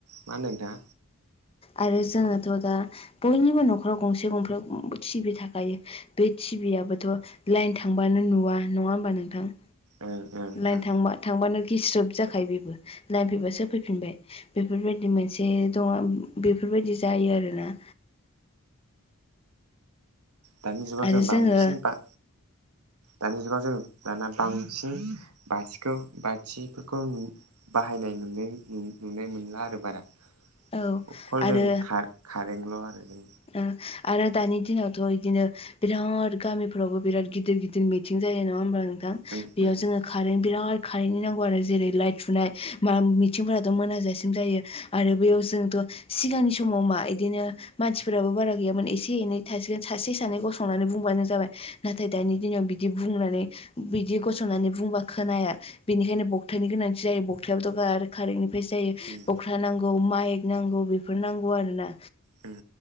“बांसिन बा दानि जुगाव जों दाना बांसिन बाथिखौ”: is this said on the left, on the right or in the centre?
Right